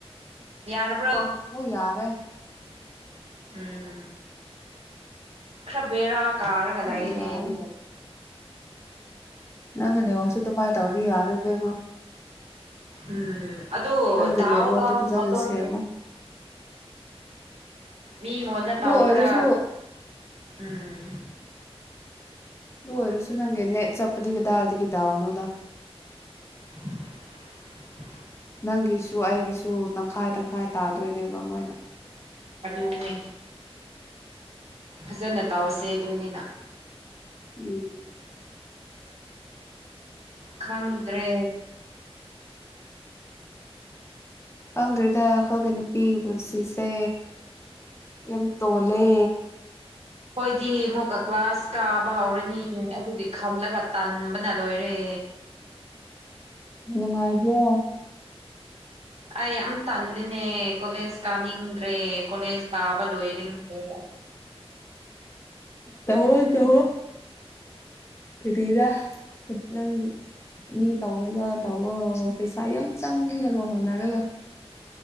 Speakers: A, on the right; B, on the left.
A: ꯌꯥꯔꯕ꯭ꯔꯣ
B: ꯑꯣ ꯌꯔ ꯑꯦ
A: ꯎꯝ ꯈꯕꯦꯔꯥ ꯀꯥꯒꯗꯥꯅꯦꯗꯤ
B: ꯑꯃꯨꯛ ꯌꯥꯔꯦ ꯅꯪ ꯂꯩ ꯋꯥꯁꯨ ꯑꯗꯨ ꯃꯥꯥꯏ ꯇꯧꯔꯤ ꯌꯥꯔꯨꯦ ꯃꯥ
A: ꯎꯝ ꯑꯗꯨ
B: ꯅꯪꯒꯤ
A: ꯙꯥꯎ
B: ꯅꯦꯠꯋꯥꯛꯇꯣ
A: ꯊꯥꯎꯒꯤ
B: ꯐꯖꯅ
A: ꯃꯇꯨꯡ
B: ꯁꯦꯝꯃꯣ
A: ꯃꯤꯉꯣꯟꯗ
B: ꯑꯗꯨ
A: ꯇꯥꯎꯕꯗ
B: ꯑꯣꯏꯔꯁꯨ
A: ꯎꯝ
B: ꯑꯣꯏꯔ ꯁꯅꯒꯦꯅꯦ ꯆꯞꯄꯗꯤ ꯍꯗꯥꯔꯠꯒꯤꯗ ꯑꯣꯣꯗ
A: <unintelligible>
B: ꯅꯪꯒꯤꯁꯨ
A: ꯍꯣꯏ
B: ꯑꯩꯒꯤꯁꯨ ꯇꯪꯈꯥꯏ ꯇꯪꯈꯥꯏ ꯇꯥꯗꯣꯏꯅꯦꯕ ꯃꯣꯏꯅ
A: ꯑꯗꯨꯅꯦ ꯐꯖꯅ ꯇꯥꯎꯁꯦ ꯑꯗꯨꯅꯤꯅ
B: ꯎꯝ
A: ꯈꯗ꯭ꯔꯦ
B: ꯈꯪꯗ꯭ꯔꯔꯤꯦꯗ ꯑꯩꯈꯣꯏꯒ ꯅꯨꯄꯤꯒꯤ ꯄꯨꯟꯁꯤꯁꯦ ꯌꯥꯝ ꯇꯣꯂꯦ
A: ꯍꯣꯏꯗꯤ ꯑꯃꯨꯛꯀ ꯀ꯭ꯂꯥꯁ ꯀꯥꯕ ꯍꯧꯔꯅꯤ ꯑꯗꯨꯒꯤ ꯈꯜꯂꯒ ꯇꯟ ꯕꯅꯥ ꯂꯣꯏꯔꯦ
B: ꯅꯨꯡꯉꯥꯏꯕ꯭ꯔꯣ
A: ꯑꯩ ꯌꯥꯝ ꯇꯜꯂꯤꯅꯦ ꯀꯣꯂꯦꯖ ꯀꯥꯅꯤꯡꯗ꯭ꯔꯦ ꯀꯣꯂꯦꯖ ꯀꯥꯕ ꯂꯣꯏꯔꯤꯡꯈ꯭ꯔꯦ
B: ꯇꯋꯣ ꯆꯣ ꯐꯔꯤꯗ ꯐꯠꯅ ꯃꯤ ꯇꯧꯅꯕ ꯇꯧꯕ ꯄꯩꯁꯥ ꯌꯥꯝ ꯆꯪꯅꯕ ꯍꯣꯠꯅꯔꯒ